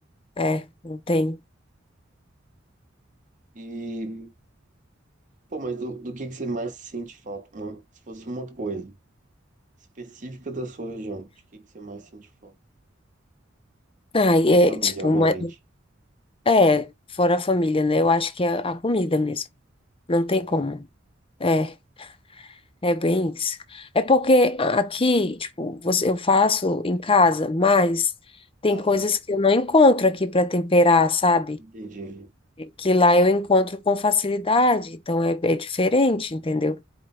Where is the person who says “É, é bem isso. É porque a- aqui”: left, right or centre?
Left